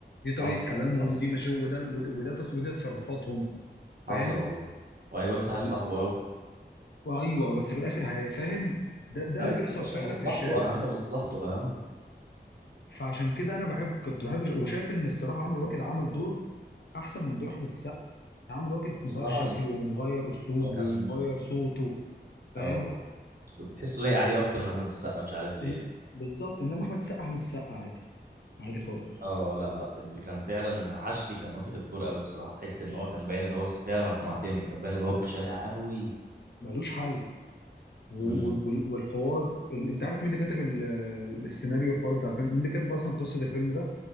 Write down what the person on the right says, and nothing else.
حصل
حصل
حصل والله وهيبان صاحب
صاحبه قوي
اي
يا باشا
مصلحته
اهم مصلحته اهم
بصراحه
هو كان
اه كنت تحسه لايق عليه اكتر من احمد السقا مش عارف ليه
اه لا لا اللي كان فعلا عشري كان واخد الدور قوي بصراحه في حته ان هو كان باين اللي هو فعلا اقنعتني كان باين اللي هو بشارع قوي
امم